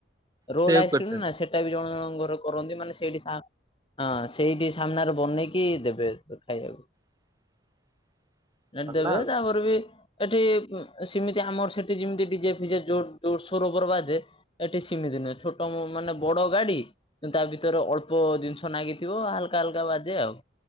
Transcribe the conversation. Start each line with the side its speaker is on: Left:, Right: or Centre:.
Left: ରୋଲ୍
Right: ସେଉ
Left: ଆଇସ୍କ୍ରିମ୍
Right: କରିଥାନ୍ତି
Left: ନା ସେଟା ବି ଜଣ ଜଣଙ୍କ ଘରେ କରନ୍ତି। ମାନେ ସେଇଠି ସା ହଁ ସେଇଠି ସାମ୍ନାରେ ବନେଇକି ଦେବେ ସେ ଖାଇବାକୁ।
Right: <unintelligible>
Left: ନା
Right: ଭଲ
Left: ଦେବେ
Right: ଆଉ
Left: ତାପରେ ବି ଏଠି ଉଁ, ସିମିତି ଆମର ସେଠି ଯେମିତି ଡିଜେ ଫିଜେ ଜୋର ସୋର ବର ବାଜେ ଏଠି ସିମିତି ନୁହେଁ। ଛୋଟ ଉଁ, ମାନେ ବଡ ଗାଡି <unintelligible> ତା ଭିତରେ ଅଳ୍ପ ଜିନିଷ ନାଗିଥିବ ହାଲକା ହାଲକା ବାଜେ ଆଉ।